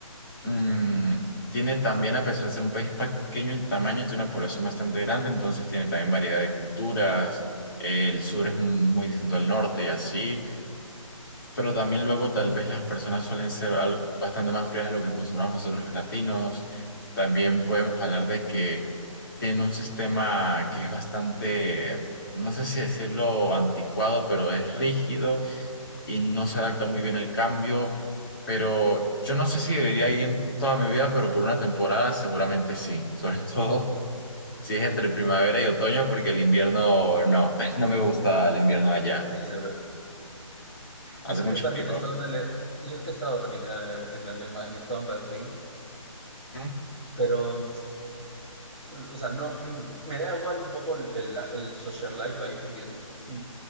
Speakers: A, on the left; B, in the centre.
A: Mm, tiene también, a pesar de ser un país pequeño en tamaño, tiene una población bastante grande, entonces tiene también variedad de culturas. eh, el sur es muy distinto al norte y así, pero también luego tal vez las personas suelen ser al- bastante más frías a lo que acostumbramos nosotros los latinos. También podemos hablar de que tiene un sistema que es bastante, no sé si decirlo anticuado, pero es rígido y no se adapta muy bien
B: ujú.
A: al cambio, pero yo no sé si debería ir en toda mi vida, pero por una temporada seguramente sí, sobre <laughs> todo si es entre primavera y otoño, porque el invierno no, <laughs> no me gusta el invierno allá,
B: Es duro.
A: hace
B: Yo es
A: mucho
B: que también
A: frío.
B: he estado en Ale- yo es que he estado también en, Ale- en Alemania, he estado en Berlín,
A: ¿Mm?
B: pero Mm, O sea, no, mm, me da igual un poco el, el- el social life ahí, porque mm,